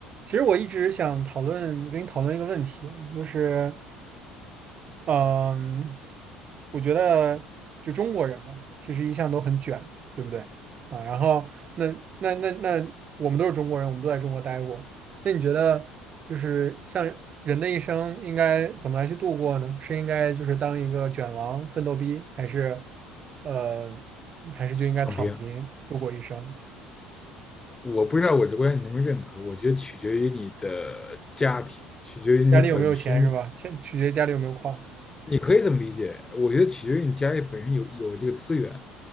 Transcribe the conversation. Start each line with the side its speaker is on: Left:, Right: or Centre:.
Right: 其实我一直想讨论，跟你讨论一个问题，就是，嗯，我觉得就中国人吧，其实一向都很卷，对不对？啊，然后那那那那，我们都是中国人，我们都在中国待过。那你觉得，就是像人的一生应该怎么来去度过呢？是应该就是当一个卷王、奋斗逼，还是呃，还是就应该躺平度过一生？
Left: 躺平，我不知道我的观点你能不能认可，我觉得取决于你的家庭，取决于你本身
Right: 家里有没有钱是吧？先取决于家里有没有矿。
Left: 你可以这么理解，我觉得取决于你家里本身有有这个资源。